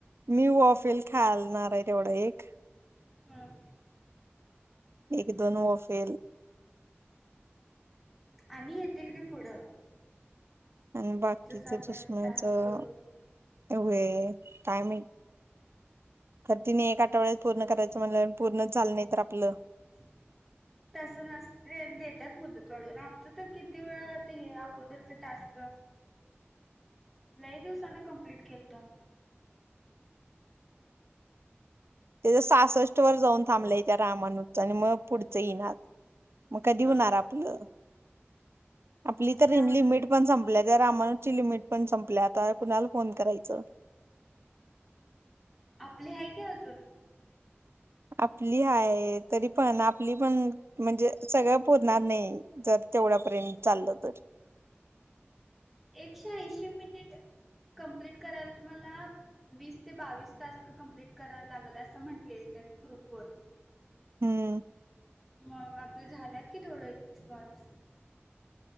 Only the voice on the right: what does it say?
मी वाफेल खालणार आहे तेवढं एक.
एक दोन वाफेल
आणि बाकीच
चष्माचं
होय काय माहित. तर तिने एक आठवड्यात पूर्ण करायचं म्हणलं, पूर्णच झालं नाही तर आपलं?
तेझ तर सासष्ट वर जाऊन थांबलंय त्या रामानुचा आणि मग पुढच येईनात. मग कधी
होणार आपलं? आपली
तर
ईम लिमिट पण संप ल्या त्या रामानू ची लिमिट पण संपल्या. आता कुणाला फोन करायचं.
आपली हाय तरी पण आपली पण म्हणजे सगळं पूरणार नाही. जर तेवढ्यापर्यंत चाललं तर,
हम्म.